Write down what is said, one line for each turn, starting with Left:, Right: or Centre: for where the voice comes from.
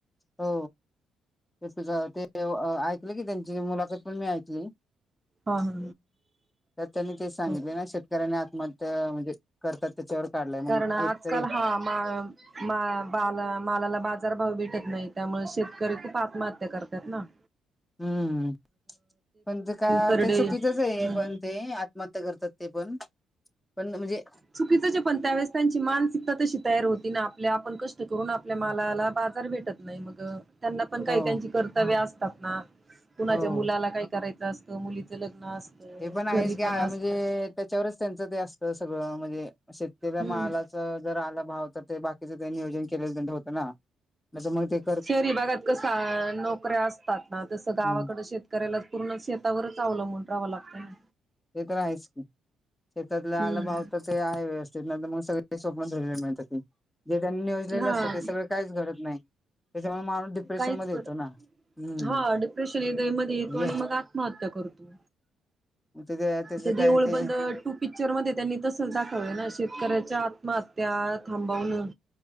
Left: हो,, ते ते ऐकलं की त्यांची, मुलाखत पण मी ऐकली.
Right: हा हा,,
Left: तर त्यांनी तेच सांगितले
Right: ह
Left: ना, शेतकऱ्यांनी आत्महत्या म्हणजे करतात. त्याच्यावर काढलाय. मग
Right: कारण आजकाल
Left: एकतरी
Right: हां, मालऽ मा बाला मालाला बाजारभाव भेटत नाही त्यामुळे शेतकरी खूप आत्महत्या करतात ना ह
Left: हम्म पण ते का
Right: तरडे
Left: ते चुकीचच
Right: हम्म
Left: आहे पण ते आत्महत्या करतात ते पण पण म्हणजे
Right: चुकीचं जे पण, त्यावेळेस त्यांची मानसिकता तशी तयार होती ना, आपल्या आपण कष्ट करूनऽ आपल्या मालाला बाजार भेटत नाही, मग त्यांना पण काही
Left: हो
Right: त्यांची कर्तव्य असतात ना. कुणाच्या
Left: हो
Right: मुलाला काय करायचं असतं, मुलीचं लग्न असत,
Left: हे आहेच
Right: घरी
Left: की
Right: पण असत.
Left: म्हणजे त्याच्यावरच त्यांचं ते असत, सगळं म्हणजे शेतक
Right: हम्म
Left: मालालाऽ च जर आला भाव तर ते बाकीच नियोजन केलेल होत ना,, मग तेऽ
Right: शहरी भागात कस नोकऱ्या असतात ना, तसं
Left: हम्म
Right: गावाकड शेतऽ करायला पूर्ण शेतावरच आवलं म्हण राहावं लागतं ना
Left: ते तर आहेहीच की शेतातला
Right: हम्म
Left: आलाभव तर ते आहे व्यवस्थेत ना तर मग सगळे ते स्वप्न धरला मिळत ते जे त्यांनी नियोजलेलं
Right: हा
Left: असतं ते सगळं काहीच घडत नाही त्याच्यामुळे माणूस डिप्रेशन
Right: काहीच
Left: मध्ये
Right: कळत
Left: येतो ना हम्म
Right: हा डिप्रेशन मध्ये येतो
Left: म्हणजे
Right: आणि मग आत्महत्या करतो
Left: ते त्याच
Right: म
Left: काय
Right: देवळ
Left: ते
Right: बंद तू पिक्चर मध्ये त्यांनी तसं दाखवलं ना शेतकऱ्याच्या आत्महत्या थांबवणं